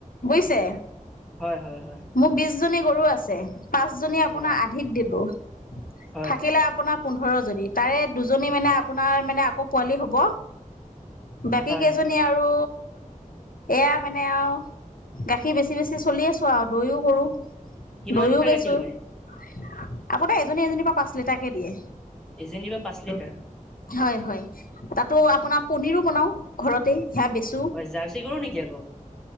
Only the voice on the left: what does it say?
বুইছে।
মোৰ বিশ জনী গৰু আছে। পাঁচজনী আপোনাৰ
আধিক দিলো।
থাকিলে আপোনাৰ পোন্ধৰজনী। তাৰে দুজনী মানে, আপোনাৰ মানে আকৌ পোৱালি হ'ব। বাকী
কেইজনী
আৰু। এয়া মানে আৰু গাখীৰ বেছি বেছি চলি আছোঁ আৰু। দৈও কৰোঁ।
দৈও
বেচোঁ।
আপোনাৰ এজনী এজনীৰ পৰা পাঁচ লিটাৰ কে দিয়ে।
হয়, হয়। তাতো আপোনাৰ পনীৰো বনাওঁ। ঘৰতে। সেয়াও বেছো